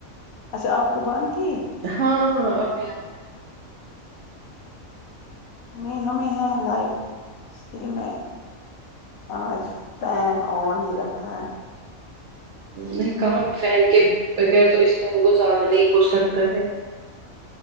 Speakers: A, on the left; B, on the right.
A: اچھا آپ کو بند تھی
B: ہاں ہاں ابھی ابھی
A: نہیں ہمیں ہے لائٹ اسی میں آج فین آن ہی رکھا ہے
B: نہیں کہاں فین کے بغیر تو اس ٹائم گزارا نہیں ہو سکتا ہے